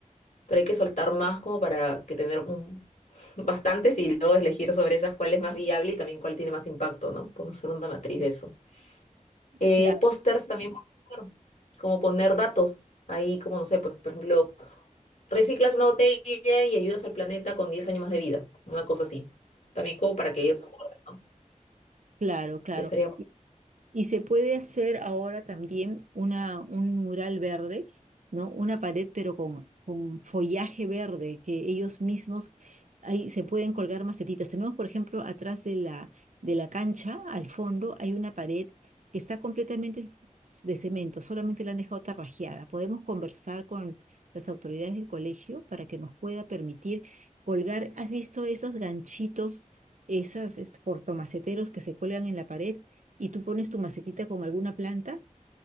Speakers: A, on the left; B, on the right.
A: pero hay que soltar más como para que tener un- <laughs> bastantes y luego elegir sobre esas cuál es más viable y también cuál tiene más impacto, ¿no? Podemos hacer una matriz de eso. Eh,
B: claro.
A: pósters también puedes hacer, como poner datos. Ahí, como no sé, pues, por ejemplo, reciclas una botella y ayudas al planeta con 10 años más de vida. Una cosa así. También como para que ellos se acuerden, ¿no?
B: Claro, claro.
A: Ya estaría bueno.
B: Y y se puede hacer ahora también una, un mural verde, ¿no? Una pared, pero con, con follaje verde, que ellos mismos ahí se pueden colgar macetitas. Tenemos, por ejemplo, atrás de la, de la cancha, al fondo, hay una pared que está completamente s- de cemento, solamente la han dejado tarrajeada. Podemos conversar con las autoridades del colegio para que nos pueda permitir colgar. ¿Has visto esos ganchitos, esas este, portomaceteros que se cuelgan en la pared? y tú pones tu macetita con alguna planta,